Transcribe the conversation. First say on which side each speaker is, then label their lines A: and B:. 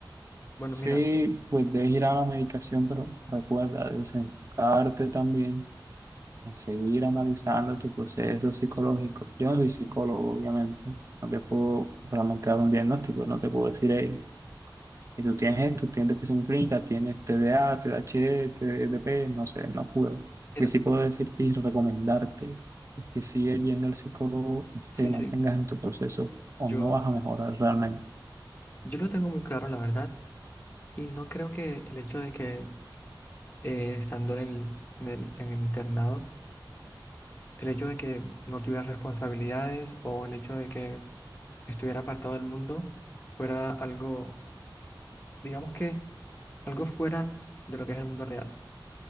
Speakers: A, on the left (about 25°); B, on the right (about 40°).
A: Bueno,
B: sí,
A: mira,
B: pues debes ir a la medicación, pero recuerda, debes enfocarte también en seguir analizando tu proceso psicológico. Yo no soy psicólogo, obviamente. No te puedo realmente dar un diagnóstico, no te puedo decir, hey, y tú tienes esto, tienes depresión clínica, tienes TDA, TDAH, TDP, no sé, no puedo. Lo
A: mira,
B: que sí puedo decirte y recomendarte es que sigue yendo al psicólogo y
A: sí,
B: te mantengas
A: sí,
B: en tu proceso o
A: yo,
B: no vas a mejorar realmente.
A: yo lo tengo muy claro, la verdad, y no creo que el hecho de que eh, estando en el, en el, en el internado, el hecho de que no tuviera responsabilidades o el hecho de que estuviera apartado del mundo fuera algo, digamos que algo fuera de lo que es el mundo real.